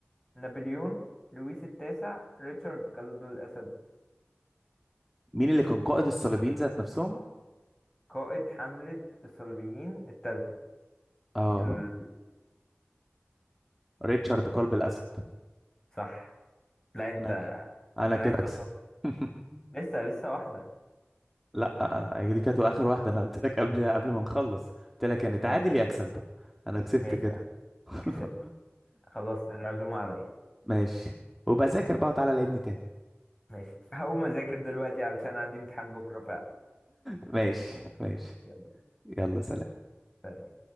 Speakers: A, on the left; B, in the centre.
A: نابليون لويس التاسع ريتشارد قلب الأسد
B: مين اللي كان قائد الصليبيين ذات نفسهم
A: قائد حملة الصليبيين التالتة
B: اه
A: ال...
B: ريتشارد قلب الاسد
A: صح لا انت
B: انا انا
A: لا
B: كده
A: انت
B: اكسب
A: شاطر
B: <laughs>
A: لسه لسه واحدة
B: لا آه، آه، دي كانت اخر واحده انا قلت لك قبل قبل ما نخلص قلت لك يعني
A: ماشي
B: تعادل
A: يا
B: يا
A: عم
B: اكسب انا كسبت
A: ماشي
B: كده
A: يا عم
B: <laughs>
A: كسبت خلاص العزومة عليا
B: ماشي وبذاكر بقى وتعالى لعبني تاني
A: ماشي هقوم اذاكر دلوقتي علشان عندي امتحان بكرة
B: ماشي ماشي
A: فعلا
B: يلا سلام
A: سلام